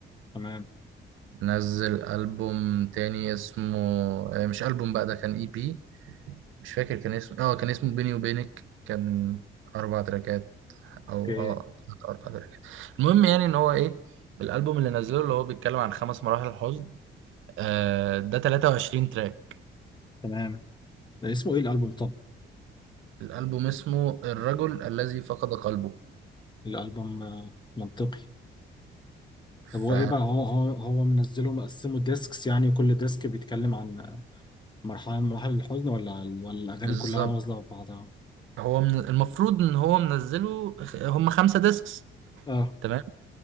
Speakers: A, on the left; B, on the right.
A: تمام
B: نزل ألبوم تاني اسمه آه، مش ألبوم بقى ده كان اي بي مش فاكر كان اسمه اه كان اسمه بيني وبينك كان أربع تراكات أو
A: اوكي
B: اه أربع تراكات المهم يعني إن هو إيه الألبوم اللي نزله اللي هو بيتكلم عن خمس مراحل حزن آه ده 23 تراك
A: تمام اسمه ايه الالبوم طب
B: فالألبوم اسمه الرجل الذي فقد قلبه
A: الالبوم آه، منطقي طب هو
B: ف
A: ايه بقى هو هو هو منزله مقسمه ديسكس يعني كل ديسك بيتكلم عن آه، مرحله من مراحل الحزن ولا ولا الاغاني
B: بالظبط
A: كلها نازله في بعضها
B: هو من المفروض ان هو منزله خ- هم خمسة ديسكس
A: اه
B: تمام